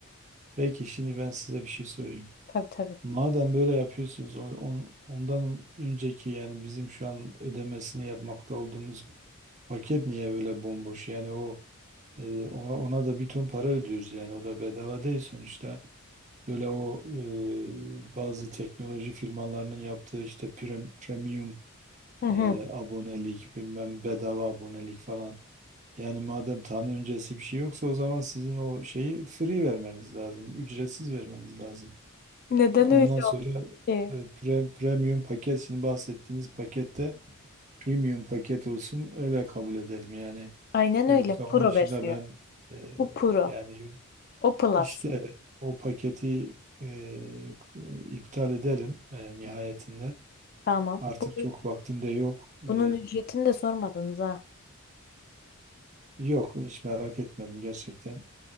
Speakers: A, on the right; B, on the left.
A: Peki şimdi ben size bir şey sorayım.
B: Tabii tabii.
A: Madem böyle yapıyorsunuz, on- on- ondan önceki yani bizim şu an ödemesini yapmakta olduğumuz paket niye böyle bomboş? Yani o e, ona, ona da bir ton para ödüyoruz yani o da bedava değil sonuçta. Böyle o e, bazı teknoloji firmalarının yaptığı işte pre- premium
B: Hı hı.
A: e, abonelik bilmem bedava abonelik falan. Yani madem tanı öncesi bir şey yoksa o zaman sizin o şeyi free vermeniz lazım, ücretsiz vermeniz lazım.
B: Neden
A: Ondan
B: öyle
A: sonra
B: oldu ki?
A: e, pre- premium paket şimdi bahsettiğiniz pakette premium paket olsun öyle kabul edelim yani.
B: Aynen
A: Yoksa
B: öyle.
A: onun
B: Pro
A: dışında
B: versiyon.
A: ben e,
B: Bu Pro.
A: yani
B: O Plus.
A: işte o paketi e, iptal edelim e, nihayetinde.
B: Tamam.
A: Artık
B: Bunun,
A: çok vaktim de yok.
B: bunun
A: E,
B: ücretini de sormadınız ha.
A: yok hiç merak etmedim gerçekten.